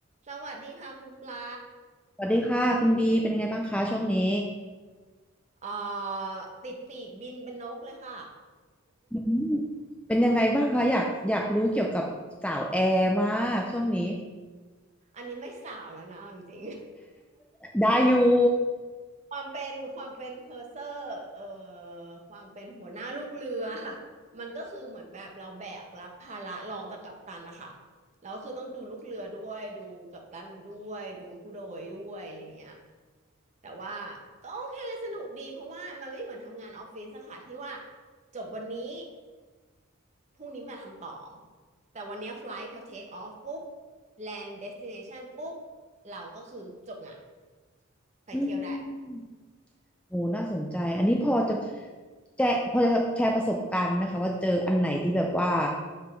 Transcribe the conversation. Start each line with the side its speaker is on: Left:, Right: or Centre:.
Right: สวัสดีค่ะคุณปลา
Centre: สวัสดีค่ะคุณบีเป็นยังไงบ้างคะช่วงนี้
Right: เอ่อติดปีกบินเป็นนกเลยค่ะ
Centre: อืมเป็นยังไงบ้างคะอยากอยากรู้เกี่ยวกับสาวแอร์มากช่วงนี้
Right: อันนี้ไม่สาวแล้วนะเอาจริง
Centre: ได้อยู่
Right: ๆ <laughs> ความเป็นความเป็นเพอร์เซอร์เอ่อความเป็นหัวหน้าลูกเรือ มันก็คือเหมือนแบบเราแบกรับภาระรองจากกัปตันนะคะแล้วคือต้องดูลูกเรือด้วยดูกัปตันด้วยดูผู้โดยด้วยอะไรเงี้ยแต่ว่าก็โอเคสนุกดีเพราะว่ามันไม่เหมือนทำงานออฟฟิศอะค่ะที่ว่าจบวันนี้ พรุ่งนี้มาทำต่อ แต่วันเนี้ยไฟลท์พอเทคออฟปุ๊บแลนด์เดสติเนชันปุ๊บเราก็คือจบงานไปเที่ยวได้
Centre: อืมโหน่าสนใจอันนี้พอจะแจพอจะแชร์ประสบการณ์ไหมคะว่าเจออันไหนที่แบบว่า